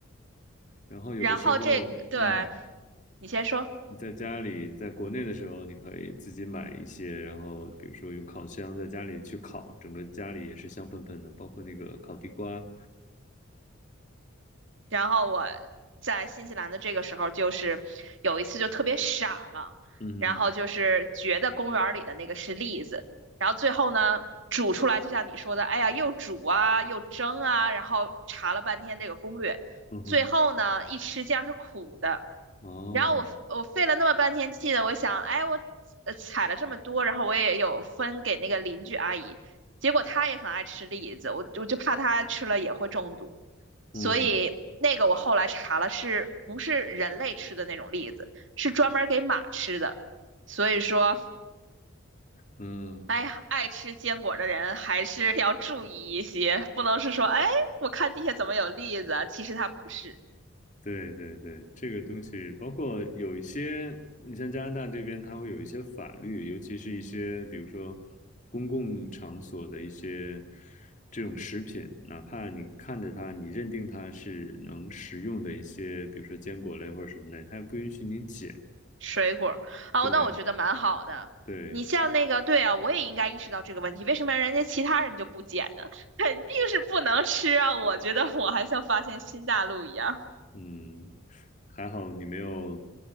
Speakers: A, on the left; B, on the right.
A: 然后有的时候，
B: 然后这对，
A: 嗯。
B: 你先说。
A: 你在家里，在国内的时候，你可以自己买一些，然后比如说用烤箱在家里去烤，整个家里也是香喷喷的，包括那个烤地瓜。
B: 然后我在新西兰的这个时候，就是有一次就特别傻嘛，
A: 嗯
B: 然后就是觉得公园儿里的那个是栗子，然后最后呢煮出来，就像你说的，哎呀，又煮啊，又蒸啊，然后查了半天这个攻略，
A: 哼嗯哼，
B: 最后呢一吃竟然是苦的，
A: 哦，
B: 然后我我费了那么半天气的，我想，哎，我呃采了这么多，然后我也有分给那个邻居阿姨，结果她也很爱吃栗子，我我就怕她吃了也会中毒，
A: 嗯
B: 所以那个我后来查了，是不是人类吃的那种栗子，是专门给马吃的，所以说，
A: 嗯，
B: 哎呀，爱吃坚果的人还是要注意一些，不能是说，哎，我看地下怎么有栗子啊其实它不是。
A: 对对对，这个东西包括有一些，你像加拿大这边，它会有一些法律，尤其是一些比如说公共场所的一些这种食品，哪怕你看着它，你认定它是能食用的一些，比如说坚果类或者什么类，它也不允许你捡。
B: 水果儿哦，
A: 对
B: 那我觉得蛮好的。
A: 对，
B: 你像那个，对啊，我也应该意识到这个问题，为什么人家其他人就不捡呢？<laughs> 肯定是不能吃啊！我觉得我还像发现新大陆一样。
A: 嗯，还好你没有，